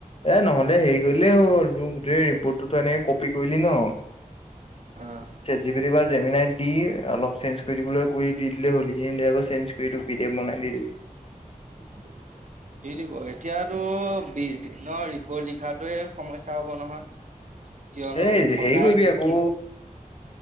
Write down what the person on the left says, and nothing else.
এ, নহ'লে হেৰি কৰিলেই হ'ল তোৰ গোটেই ৰিপৰ্টটোতো এনেকে কপি কৰিলি ন'
চেট জিপিটি বা জেমিনাইত দি অলপ চেঞ্জ কৰি দিবলৈ কবি, দি দিলে হ'ল আকৌ চেঞ্জ গোটেইটো পি ডি এফ বনাই দি দিওঁ
এই
হেৰি কৰিবি
আকৌ